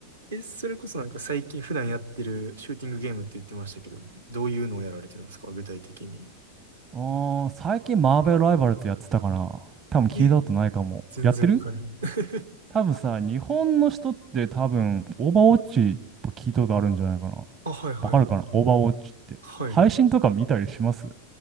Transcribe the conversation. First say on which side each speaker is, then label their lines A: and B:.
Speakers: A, on the right (about 70°); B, on the right (about 30°).
A: え、それこそなんか最近普段やってるシューティングゲームって言ってましたけど、どういうのをやられてるんですか具体的に。
B: あー、最近マーベルライバルズやってたかな多分聞いたことないかも。
A: え、全然わからん。
B: やってる
A: <laughs>
B: 多分さ、日本の人って多分、オーバーウォッチ聞いたことあるんじゃないかな。
A: あ、はいはいはい。
B: わかるかなオーバーウォッチって。
A: はい。
B: 配信とか見たりします